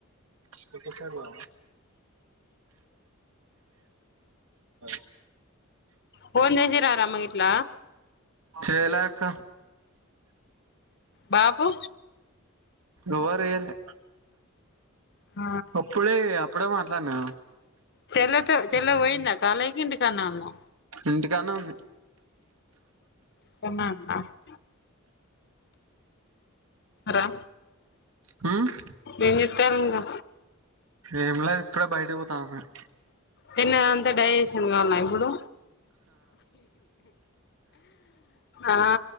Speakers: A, on the right; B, on the left.
A: <unintelligible> పోదామా. <unintelligible>
B: ఫోన్ చేసిరా రా అమ్మ గిట్ల
A: చేయాలె అక్క
B: బాబూ
A: ఎవరు చేయలే
B: ఆ
A: అప్పుడే అప్పుడే మాట్లాడిన నేను
B: చెలతో చెల్ల పోయింది కాలేజ్ కి ఇంటికాడే ఉన్నదా
A: ఇంటికానే ఉంది
B: <unintelligible> రా
A: హ్మ్
B: ఏం చేత్తరూ ఇంకా
A: ఏమి లేదు ఇప్పుడే బయటకి పోతానాను
B: తిన్నది అంతా డైజెషన్ కావాలా ఇప్పుడు ఆ